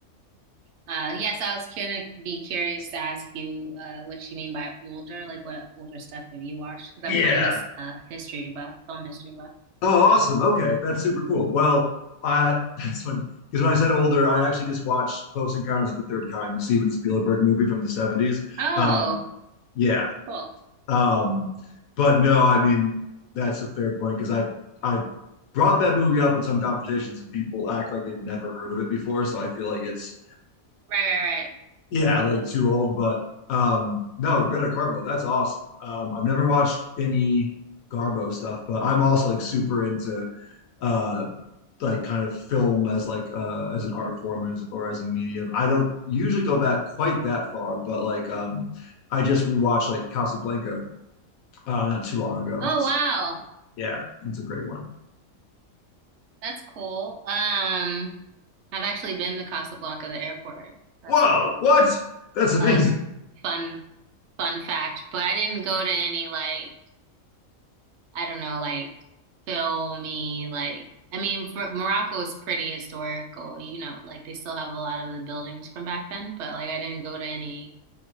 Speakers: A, on the right; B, on the left.
A: uh, yes, I was gonna be curious to ask you, uh, what you mean by older. Like, what older stuff have you watched? Because
B: Yeah.
A: I'm kind of a, s- uh history buff, film history buff.
B: Oh, awesome. Okay, that's super cool. Well, I <laughs> that's funny because when I said older, I actually just watched Close Encounters of the Third Kind, the Steven Spielberg movie from the 70s.
A: Oh,
B: Um, yeah.
A: cool.
B: Um, but no, I mean that's a fair point because I've I've brought that movie up in some conversations and people act like they've never heard of it before. So I feel like it's
A: Right, right, right.
B: Yeah, like too old, but um, no, Greta Garbo, that's awesome. Um, I've never watched any Garbo stuff, but I'm also like super into uh, like kind of film as like uh, as an art form as, or as a medium. I don't usually go back quite that far, but like um, I just rewatched like Casablanca uh, not too long ago.
A: Oh,
B: So
A: wow.
B: yeah, it's a great one.
A: That's cool. Um. I've actually been to Casablanca, the airport. That's
B: Whoa,
A: a
B: what? That's amazing.
A: a fun fun fact. But I didn't go to any like I don't know like filmy like I mean for, Morocco is pretty historical, you know, like they still have a lot of the buildings from back then. But like I didn't go to any